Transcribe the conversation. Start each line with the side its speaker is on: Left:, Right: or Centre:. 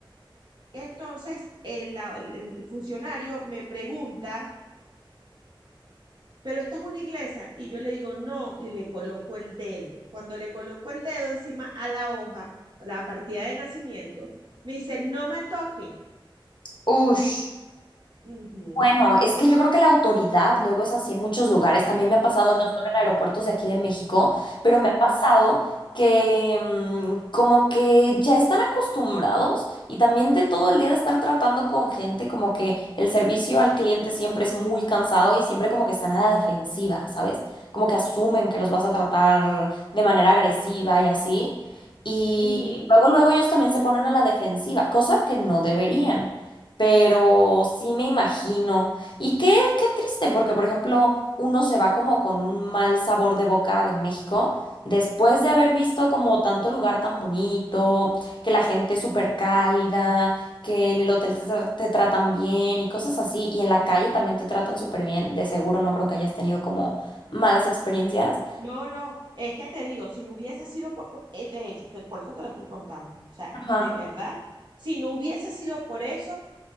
Right: Entonces, el, el- el funcionario me pregunta, ¿pero esta es una iglesia? Y yo le digo, no, y le coloco el dedo. Cuando le coloco el dedo encima a la hoja, la partida de nacimiento, me dice, no me toque.
Left: Ush.
Right: Ujú.
Left: Bueno, es que yo creo que la autoridad luego es así en muchos lugares. También me ha pasado,
Right: Ay,
Left: no solo en
Right: no.
Left: aeropuertos de aquí de México, pero
Right: Ujú,
Left: me ha pasado que mm, como que ya están acostumbrados y también de todo el día de estar tratando con gente, como que el servicio al cliente siempre es muy cansado y siempre como que están a la defensiva, ¿sabes? Como que asumen que los vas a tratar de manera agresiva y así. Y
Right: ujú.
Left: luego, luego ellos también se ponen a la defensiva, cosa que no deberían pero sí me imagino. Y qué, qué triste, porque por ejemplo, uno se va como con un mal sabor de boca de México después de haber visto como tanto lugar tan bonito, que la gente es súper cálida, que en el hotel te, tra- te tratan bien y cosas así, y en la calle también te tratan súper bien. De seguro no creo que hayas tenido como malas experiencias.
Right: No, no, es que te digo, si no hubiese sido por, por- eh, de hecho, te- por eso te lo estoy contando. O sea,
Left: Ajá.
Right: de verdad, si no hubiese sido por eso,